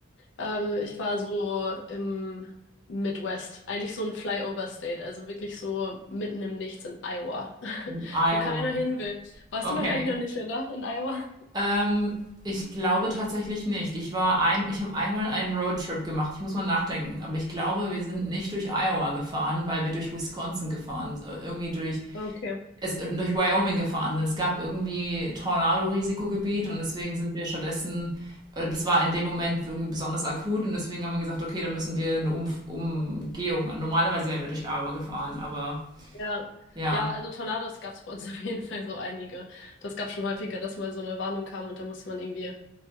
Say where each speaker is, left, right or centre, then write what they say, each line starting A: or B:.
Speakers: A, on the left; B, on the right.
A: Ähm, ich war so im Midwest, eigentlich so ein Flyover State, also wirklich so mitten im Nichts in Iowa, <laughs>
B: In Iowa.
A: wo keiner hin will. Warst
B: Okay.
A: du wahrscheinlich noch nicht, oder? In Iowa?
B: Ähm, ich glaube tatsächlich nicht. Ich war ein, ich habe einmal einen Roadtrip gemacht. Ich muss mal nachdenken. Aber ich glaube, wir sind nicht durch Iowa gefahren, weil wir durch Wisconsin gefahren. sind. Irgendwie durch
A: Okay.
B: es, durch Wyoming gefahren sind. Es gab irgendwie Tornado-Risikogebiet und deswegen sind wir stattdessen, äh, das war in dem Moment irgendwie besonders akut und deswegen haben wir gesagt, okay, dann müssen wir eine Umf Umgehung. Normalerweise wären wir durch Iowa gefahren, aber
A: Ja.
B: ja,
A: Ja, also Tornados gab es bei uns <laughs> auf jeden Fall so einige. Das gab schon häufiger, dass mal so eine Warnung kam und da musste man irgendwie,